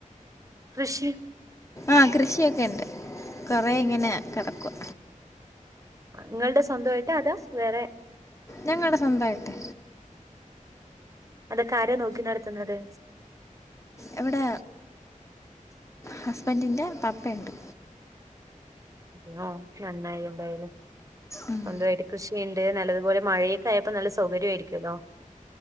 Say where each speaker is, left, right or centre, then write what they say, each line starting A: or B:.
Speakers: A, on the right (about 25°); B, on the left (about 20°).
A: കൃഷി
B: ആ കൃഷിയൊക്കെ ഇണ്ട് കൊറെ ഇങ്ങനെ കെടക്കുവ
A: നിങ്ങൾടെ സ്വന്തവായിട്ട് അതാ വേറെ
B: ഞങ്ങൾടെ സ്വന്തായിട്ട്
A: അതക്കെ ആരാ നോക്കി നടത്തുന്നത്
B: എവിടെ ഹസ്ബന്റിന്റെ പപ്പയ്ണ്ട്
A: <unintelligible> നന്നായി എന്തായാലും
B: ഉം.
A: സ്വന്തവായിട്ട് കൃഷിയ്ണ്ട് നല്ലതുപോലെ മഴയൊക്കെ ആയപ്പ നല്ല സൗകര്യയിരിക്കുവല്ലോ